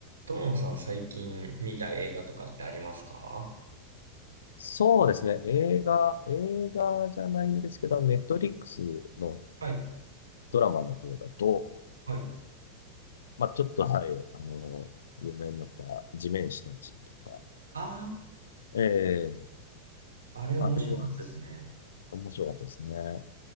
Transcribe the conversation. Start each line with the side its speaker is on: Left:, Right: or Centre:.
Right: 友野さん最近見た映画とかってありますか
Left: そうですね。映画、映画じゃないんですけど、ネットリックスの
Right: はい、
Left: ドラマの方だと、
Right: はい。
Left: まあ、ちょっと、はい、あの、有名になった地面師たちとか、
Right: あ
Left: ええ
Right: あ、あれ面白かったですね。
Left: あれは面白かったですね。